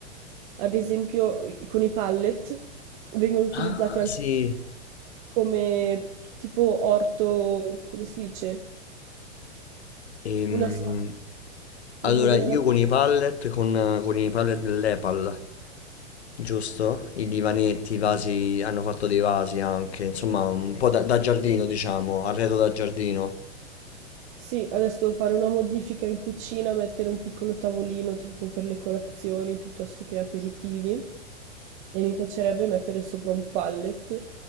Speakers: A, on the right; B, on the left.
A: ad esempio i- con i pallet vengono utilizzati
B: Ah,
A: anche
B: sì.
A: come tipo orto, come si dice?
B: Ehm,
A: Una sala.
B: allora,
A: Non mi viene
B: io
A: la...
B: con i pallet, con, con i pallet dell'Epal, giusto? I divanetti, i vasi, hanno fatto dei vasi anche, insomma, un po' da, da giardino, diciamo, arredo da giardino.
A: Sì, adesso devo fare una modifica in cucina, mettere un piccolo tavolino tipo per le colazioni piuttosto che aperitivi. E mi piacerebbe mettere sopra un pallet